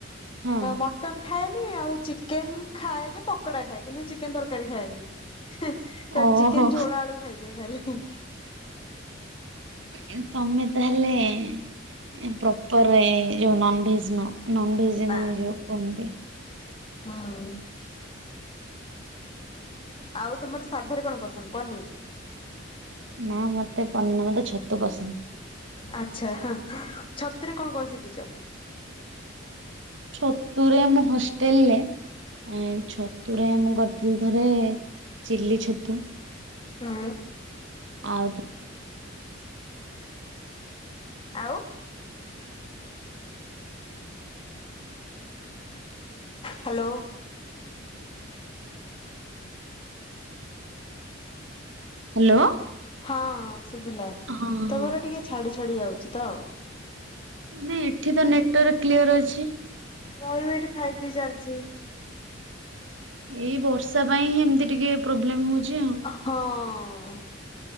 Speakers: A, on the right (about 70°); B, on the left (about 30°).
A: ହଁ
B: ମଟନ ଏ ଖା ଖାଏନି ଆଉ ଚିକେନ ଖାଏ ଯେ ପକୋଡା ଖାଏ କିନ୍ତୁ ଚିକେନ ତରକାରୀ ଖାଏନି। ହିଁ
A: ଓହୋ
B: ଚିକେନ ଛୋଳ ଆଳୁ ଖାଇଦେ ଖାଲି।
A: ଆଜ୍ଞା ତମେ ତାହେଲେ ପ୍ରପରେ ନନଭେଜ ନୁହଁ। ନନ୍ ଭେଜ୍ଆନବ
B: ନା
A: ନିଜ କୁହନ୍ତି।
B: ହୁଁ। ଆଉ ତମର ସାଧାରେ କଣ ପସନ୍ଦ ପନିର?
A: ନା ମତେ ପନି ନା ମତେ ଛତୁ ପସନ୍ଦ।
B: ଆଚ୍ଛା ହଁ ଛତୁରେ କଣ କଣ ଶିଖିଛ?
A: ଛତୁ ରେ ମୁଁ ହଷ୍ଟେଲରେ ଏ ଛତୁରେ ମୁଁ କରିଥିଲି ଥରେ ଚିଲି ଛତୁ।
B: ହୁଁ।
A: ଆଉ
B: ଆଉ ହ୍ୟାଲୋ।
A: ହ୍ୟାଲୋ।
B: ହଁ ହଁ ଶୁଭିଲା
A: ହଁ
B: ତମର
A: ହଁ
B: ଟିକେ ଛାଡି ଛାଡି ଯାଉଛି ତ।
A: ନାଇଁ ଏଠି ତ ନେଟୱାର୍କ କ୍ଲିୟର ଅଛି।
B: ମୋର ବି ଏଠି ଫାଇପ୍ ଜି ଚାଲିଛି।
A: ଏଇ ବର୍ଷା ପାଇଁ ହିଁ ଏମିତି ଟିକେ ପ୍ରୋବ୍ଲେମ ହଉଛି ଆଉ।
B: ହଁ।